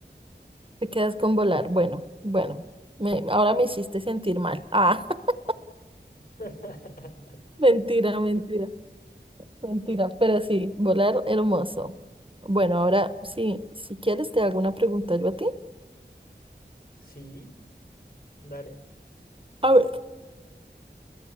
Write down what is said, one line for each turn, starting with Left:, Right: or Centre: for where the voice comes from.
Right: te quedas con volar. Bueno, bueno, me- ahora me hiciste sentir mal. Ah, <laughs>
Left: <laughs>
Right: mentira, mentira, mentira, pero sí, volar hermoso. Bueno, ahora sí, si quieres te hago una pregunta yo a ti.
Left: Sí, dale.
Right: A ver.